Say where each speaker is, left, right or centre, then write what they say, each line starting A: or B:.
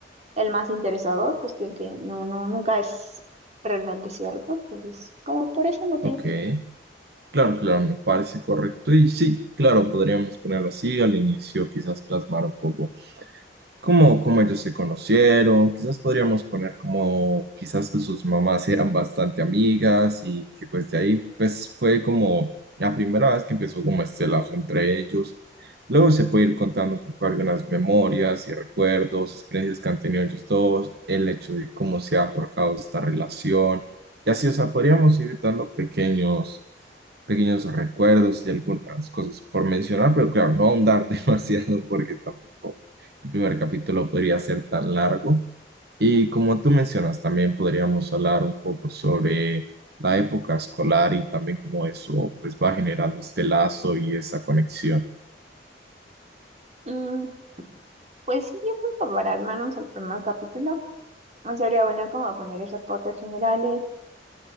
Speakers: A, on the right; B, on the right.
A: el más interesado, cuestión que no, no, nunca es realmente cierto. Entonces, como por ese motivo.
B: ok. Claro, claro, me parece correcto. Y sí, claro, podríamos ponerlo así. Al inicio quizás plasmar un poco cómo, cómo ellos se conocieron. Quizás podríamos poner como, quizás que sus mamás eran bastante amigas y que pues de ahí pues fue como la primera vez que empezó como este lazo entre ellos. Luego se puede ir contando un poco algunas memorias y recuerdos, experiencias que han tenido ellos dos, el hecho de cómo se ha forjado esta relación. Y así, o sea, podríamos ir dando pequeños, pequeños recuerdos y algunas cosas por mencionar, pero claro, no ahondar <laughs> demasiado porque tampoco el primer capítulo podría ser tan largo. Y como tú mencionas, también podríamos hablar un poco sobre la época escolar y también cómo eso pues va generando este lazo y esa conexión.
A: Mm, pues sí, yo creo que para al menos el primer capítulo no sería bueno como poner esas fotos generales,